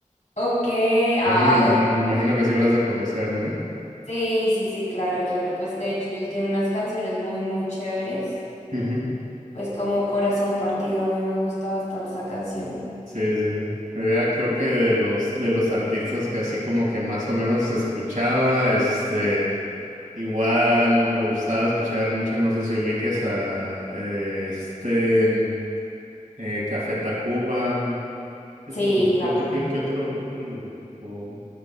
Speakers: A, on the left; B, on the right.
A: Ok, ah,
B: Imagino, imagino,
A: o-
B: imagino que sí lo has de conocer, ¿no?
A: sí, sí, sí, claro, claro. Pues de hecho, él tiene unas canciones muy, muy chéveres.
B: Sí.
A: Pues como Corazón Partido, a mí me gusta bastante esa canción.
B: Sí, sí. Era creo que de los de los artistas que así como que más o menos escuchaba, este, igual me gustaba escuchar mucho, no sé si ubiques a eh, este eh, Café Tacuba, ¿qué
A: Sí,
B: otro grupo?
A: claro.
B: ¿Qué, otro- qué, qué otro qué otro grupo?